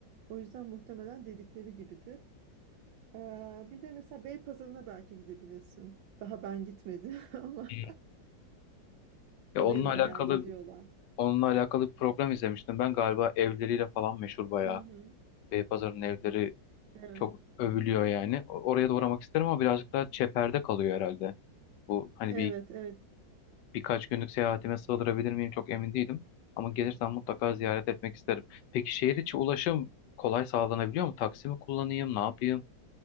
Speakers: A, on the right; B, on the left.
A: O yüzden muhtemelen dedikleri gibidir. Ee, bir de mesela Beypazarı'na belki gidebilirsin. Daha ben gitmedim <laughs> ama
B: Hı. Ya
A: oraya
B: onunla
A: da
B: alakalı
A: bayağı gidiyorlar.
B: onunla alakalı bir program izlemiştim. Ben galiba evleriyle falan meşhur bayağı.
A: Hı hı.
B: Beypazarı'nın evleri
A: Evet.
B: çok övülüyor yani. O- Oraya da uğramak isterim ama birazcık daha çeperde kalıyor herhalde. Bu hani
A: Evet,
B: bir
A: evet.
B: birkaç günlük seyahatime sığdırabilir miyim çok emin değilim. Ama gelirsem mutlaka ziyaret etmek isterim. Peki şehir içi ulaşım kolay sağlanabiliyor mu? Taksi mi kullanayım, ne yapayım?